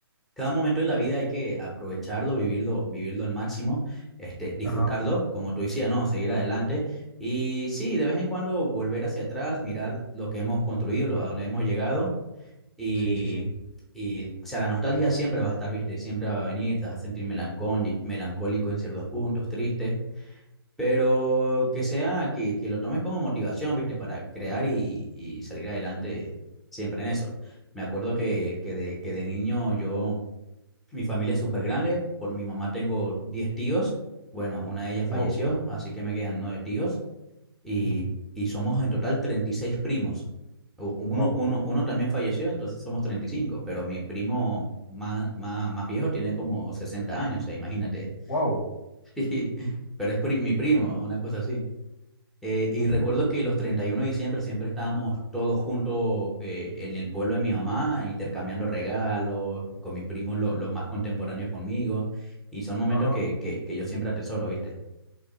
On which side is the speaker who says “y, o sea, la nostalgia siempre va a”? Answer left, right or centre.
Centre